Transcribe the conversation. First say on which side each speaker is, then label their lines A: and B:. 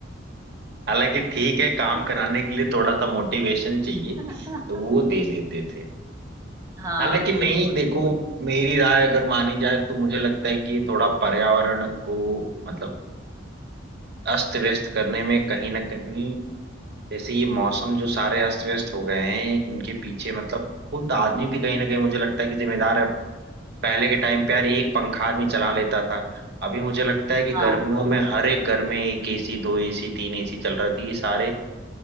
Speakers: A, on the right; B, on the right.
A: हालांकि ठीक है काम
B: हाँ
A: कराने के लिए थोड़ा सा मोटिवेशन चाहिए
B: <laughs>
A: तो वो दे देते थे
B: हाँ
A: हालांकि नहीं
B: बिल्कुल
A: देखो मेरी राय अगर मानी जाए तो मुझे लगता है कि थोड़ा पर्यावरण को मतलब अस्त व्यस्त करने में कहीं ना कहीं जैसे ये मौसम जो सारे अस्त व्यस्त हो गए हैं इनके पीछे मतलब खुद आदमी भी कहीं ना कहीं मुझे लगता है कि जिम्मेदार है पहले के टाइम पे यार एक पंखा आदमी चला लेता था अभी मुझे लगता है कि
B: हाँ
A: गर्मियों में हर एक घर में एक एसी दो एसी तीन एसी चल रहा थी ये सारे